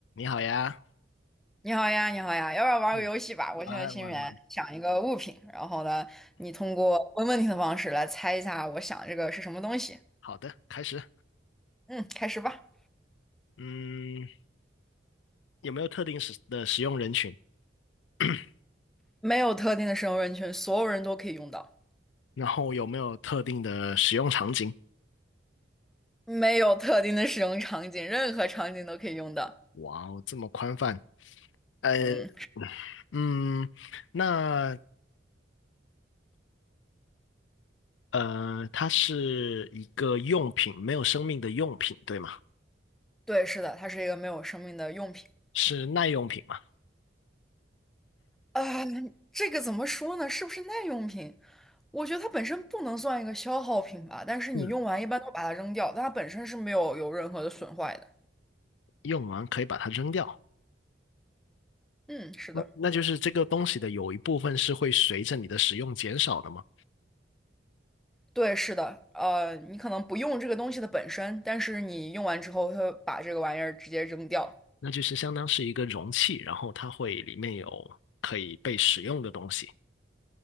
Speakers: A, on the left (about 85°); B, in the centre.
A: 你好呀，
B: 你好呀，你好呀，要不要玩个游戏吧？
A: 嗯，
B: 我现在心里面想一个物品，
A: 来玩玩，
B: 然后呢，你通过问问题的方式来猜一下我想这个是什么东西。
A: 好的，开始。
B: 嗯，开始吧。
A: 嗯，有没有特定使的使用人群？<clears throat>
B: 没有特定的使用人群，所有人都可以用到。
A: 然后有没有特定的使用场景？
B: 没有特定的使用场景，任何场景都可以用到。
A: 哇哦，这么宽泛。呃，
B: 嗯，
A: 嗯，那呃，它是一个用品，没有生命的用品，对吗？
B: 对，是的，它是一个没有生命的用品。
A: 是耐用品嘛？
B: 啊、这个怎么说呢？是不是耐用品？我觉得它本身不能算一个消耗品吧，但是你用完一般都把它扔掉，
A: 嗯，
B: 但它本身是没有有任何的损坏的。
A: 用完可以把它扔掉。
B: 嗯，是的。
A: 那那就是这个东西的有一部分是会随着你的使用减少的吗？
B: 对，是的，呃，你可能不用这个东西的本身，但是你用完之后，它会把这个玩意儿直接扔掉。
A: 那就是相当是一个容器，然后它会里面有可以被使用的东西。